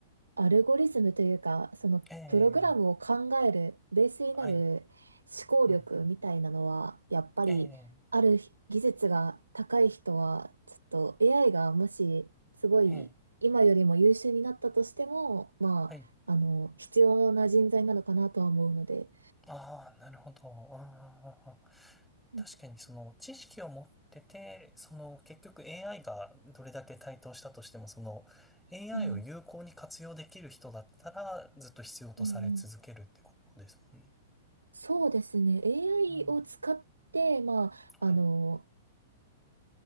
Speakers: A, on the right; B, in the centre.
A: アルゴリズムというか、そのプログラムを考えるベースになる
B: ええ、はい。
A: 思考力みたいなのは、
B: うんうん、
A: やっぱりある技術が高い人は、
B: ええ、
A: ちょっと AI がもしすごい今よりも優秀になったとしても、
B: ええ、
A: まあ、
B: はい。
A: あの、必要な人材なのかなとは思うので。
B: ああ、なるほど。ああ、
A: うん
B: 確かにその知識を持ってて、その結局 AI がどれだけ台頭したとしても、その AI
A: うん
B: を有効に活用できる人だったらずっと必要とされ続けるってことですもんね。
A: うんうんそうですね。AI
B: うん。
A: を使って、まあ、あの、
B: はい。